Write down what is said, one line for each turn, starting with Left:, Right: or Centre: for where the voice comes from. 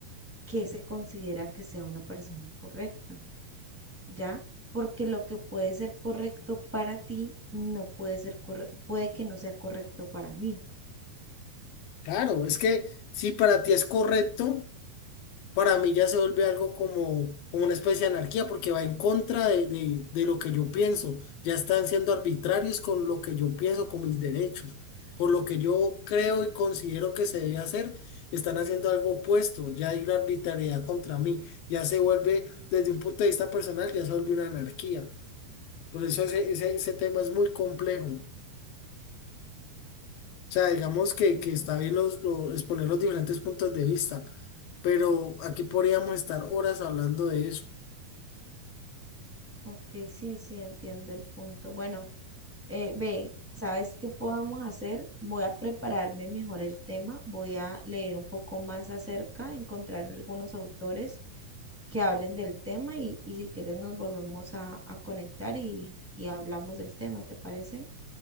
Centre: qué se considera que sea una persona correcta. ¿ya? Porque lo que puede ser correcto para ti no puede ser corre- puede que no sea correcto para mí.
Left: Claro, es que si para ti es correcto, para mí ya se vuelve algo como, como una especie de anarquía porque va en contra de, de, de lo que yo pienso. Ya están siendo arbitrarios con lo que yo pienso, con mis derechos. Por lo que yo creo y considero que se debe hacer, están haciendo algo opuesto. Ya hay una arbitrariedad contra mí. Ya se vuelve, desde un punto de vista personal, ya se vuelve una anarquía. Por eso ese, ese, ese tema es muy complejo. O sea, digamos que,
Centre: Ok,
Left: que está bien los, los- exponer los diferentes puntos de vista, pero aquí podríamos estar horas hablando de eso.
Centre: ok, sí, sí, entiendo el punto. Bueno, eh, ve, ¿sabes qué podemos hacer? Voy a prepararme mejor el tema, voy a leer un poco más acerca, encontrar algunos autores que hablen del tema y, y si quieres nos volvemos a, a conectar y, y hablamos del tema, ¿te parece?